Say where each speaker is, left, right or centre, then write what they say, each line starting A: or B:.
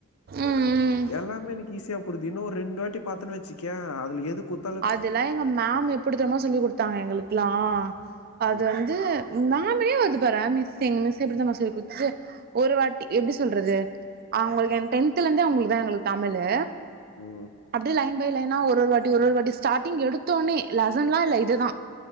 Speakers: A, on the right (about 45°); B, on the left (about 85°).
A: ம் ம்
B: எ எல்லாமே எனக்கு ஈஸியா புரிது இன்னு ஒரு ரெண்டு வாட்டி பாத்தன்னு வச்சிக்க அதுல எது குத்
A: அதெல்லா எங்க மேம் எப்டி தெரிமா சொல்லி குடுத்தாங்க எங்களுக்கில்லா அது
B: ம்,
A: வந்து மம்மே வருது பாற மிஸ்சிங் மிஸ் எப்டி தெரியுமா சொல்லி குடுத்துச்சி ஒரு வாட்டி எப்டி சொல்றது அவ்ங்களுக்கு என் டென்துல இருந்தே அவங்களுக்கு தா எங்களுக்கு தமிழு
B: ம்,
A: அப்டி லைன் பை லைனா ஒரு ஒரு வாட்டி ஒரு ஒரு வாட்டி ஸ்டார்டிங் எடுத்தோனே லெசன்லா இல்ல இதுதா